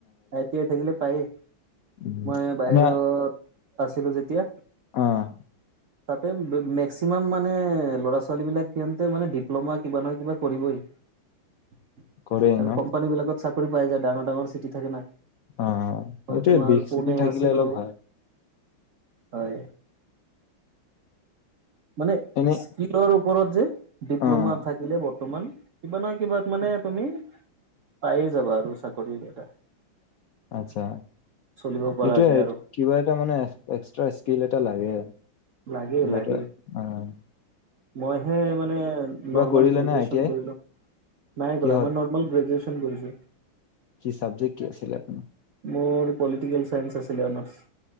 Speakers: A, on the right; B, on the left.
A: আই টি আই থাকিলে পায় এই।
B: উম,
A: মই বাহিৰত
B: মানে
A: আছিলো যেতিয়া
B: অ',
A: তাতে মেক্সিমাম মানে ল'ৰা ছোৱালী বিলাক সিহতে মানে ডিপ্ল'মা কিবা নহয় কিবা কৰিবই। আৰু
B: কৰে ন?
A: কোম্পানী বিলাকত চাকৰি পাই যায় ডাঙৰ ডাঙৰ চিটি থাকে না।
B: অ',
A: মই
B: এইটোয়ে
A: তোমাৰ
B: বিষ
A: পুনে
B: চিটি থাকিলে
A: আছিলো।
B: অলপ ভাল।
A: হয়, মানে
B: এনে
A: স্ত্ৰিপ স্কিলৰ ওপৰত যে ডিপ্ল'মা
B: অ',
A: থাকিলে বৰ্তমান কিবা নহয় কিবা মানে তুমি পাই যাবা আৰু চাকৰি এটা।
B: আচ্ছা,
A: চলিব পৰাকে
B: এইটোয়ে
A: আৰু
B: কিবা এটা মানে এক্সট্ৰা স্কিল এটা লাগে
A: লাগে
B: কিবা
A: লাগে
B: এটা এৱ
A: মইহে মানে নৰ্মেল
B: কৰিলে
A: গ্ৰেজুৱেচন
B: নে আই টি আই
A: কৰিলোঁ নাই
B: কিহত?
A: কৰা। মই গ্ৰেজুুৱেচন কৰিছোঁ।
B: কি চাব্জেকট কি আছিলে আপোনাৰ?
A: মোৰ পলিটিকেল চাইেস আছিলে অনাৰ্চ।